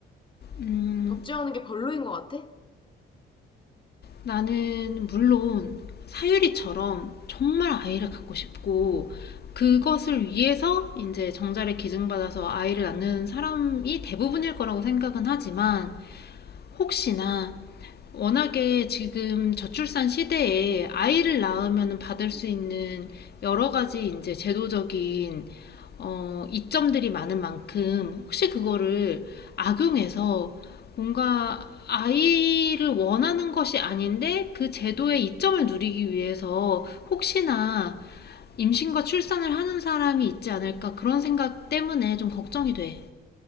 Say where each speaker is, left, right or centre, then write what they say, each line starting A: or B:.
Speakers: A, on the left; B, on the left.
A: 음,
B: 법제화하는 게 별로인 것 같아.
A: 나는 물론 사유리처럼 정말 아이를 갖고 싶고 그것을 위해서 이제 정자를 기증받아서 아이를 낳는 사람이 대부분일 거라고 생각은 하지만 혹시나 워낙에 지금 저출산 시대에 아이를 낳으면 받을 수 있는 여러 가지 이제 제도적인 어, 이점들이 많은 만큼 혹시 그거를 악용해서 뭔가 아이를 원하는 것이 아닌데 그 제도의 이점을 누리기 위해서 혹시나 임신과 출산을 하는 사람이 있지 않을까 그런 생각 때문에 좀 걱정이 돼.